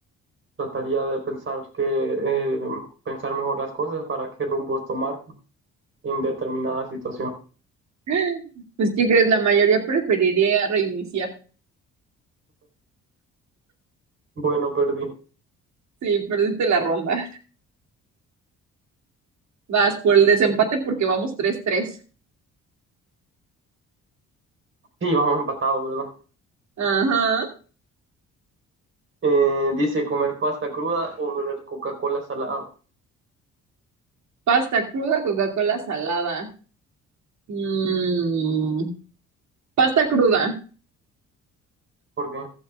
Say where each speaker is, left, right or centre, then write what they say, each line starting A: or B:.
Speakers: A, on the right; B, on the right.
A: trataría de pensar que, eh, pensar mejor las cosas para qué rumbos tomar en determinada situación.
B: <laughs> Pues, ¿qué crees? La mayoría preferiría reiniciar.
A: Bueno, perdí.
B: Sí, perdiste la ronda. Vas por el desempate porque vamos tres tres
A: Sí, vamos empatados, ¿verdad?
B: Ajá.
A: Eh, dice comer pasta cruda o beber Coca-Cola salada.
B: Pasta cruda, Coca-Cola salada. Mm, Pasta cruda.
A: ¿Por qué?